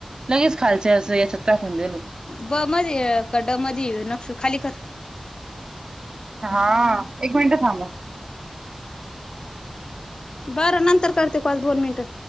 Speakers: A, on the right (about 40°); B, on the left (about 45°).
A: लगेच खालचंय असं याच्यात टाकून देलं.
B: ब मध्ये आहे का ड मध्ये नक्षु खाली कर.
A: हा एक मिंट थांबा.
B: बरं नंतर करते कॉल दोन मिंट.